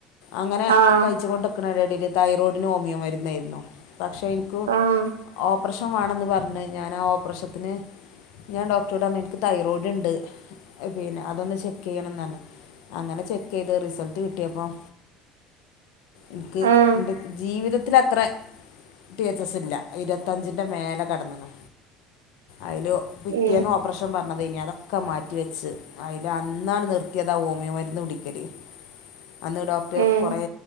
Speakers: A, on the left; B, on the right.
A: അങ്ങനെ
B: ആഹ്
A: കഴിച്ചുകൊണ്ട് ക്ക്ണെന്റെഡേല് തൈറോയ്ടിന് ഓമിയോ മര്ന്നെർന്നു പക്ഷെഇന്ക്ക്
B: ആഹ്
A: ഓപ്പറഷൻ വേണന്ന് പർഞ് ഞാനാ ഓപ്പറേഷത്തിന് ഞാൻ ഡോക്ടറോടർഞ് ഇൻക്ക് തൈറോയ്ട്ണ്ട് പിന്നെ അതൊന്ന് ചെക്കെയ്യണംന്നർഞ്, അങ്ങനെ ചെക്കെയ്ത് റിസൾട്ട് കിട്ടിയപ്പം ഇൻക്ക്
B: ആഹ്
A: ഇന്റെ ജീവിതത്തിലത്ര ടി എച്ച് എസ് ഇല്ല ഇരുവത്തഞ്ച്ന്റെ മേലെ കടന്ന്ണ് അയ്ല് പിറ്റേന്നോ
B: ഏഹ്
A: ഒപ്പറേഷൻ പറഞ്ഞതെഞ്ഞി പ്രഷൻ പർഞ്ഞതേനി അതൊക്കെ മാറ്റി വെച്ച് അയ്ല് അന്നാണ് നിർത്തിയതാ ഓമിയോ മര്ന്ന് കുടിക്കല് അന്ന് ഡോക്റ്റ്
B: ഏഹ്
A: കൊറേ